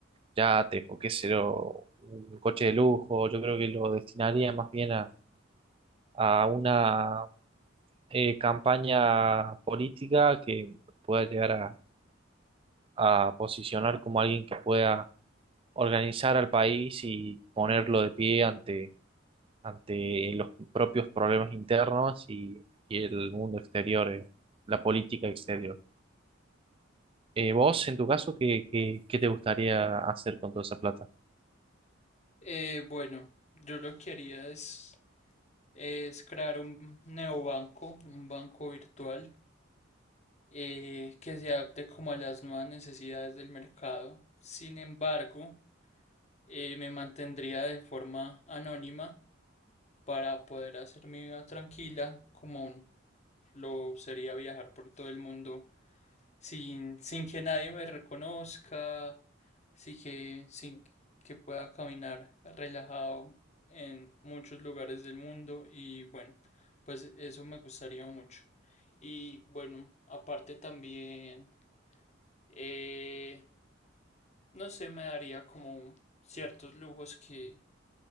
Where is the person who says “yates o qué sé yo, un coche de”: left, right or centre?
Right